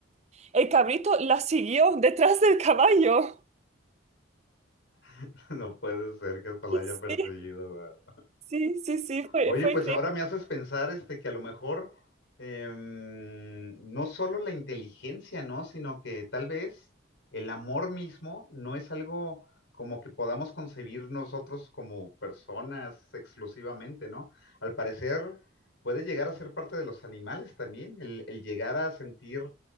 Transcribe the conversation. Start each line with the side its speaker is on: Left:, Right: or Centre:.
Right: el cabrito la siguió detrás del caballo.
Left: <laughs> No puede ser que hasta la
Right: <laughs>
Left: haya perseguido,
Right: Sí, sí, sí, sí, fue,
Left: Oye,
Right: fue
Left: pues
Right: increíble.
Left: ahora me haces pensar este, que a lo mejor em, no solo la inteligencia, ¿no? Sino que tal vez el amor mismo no es algo como que podamos concebir nosotros como personas exclusivamente, ¿no? Al parecer puede llegar a ser parte de los animales también, el, el llegar a sentir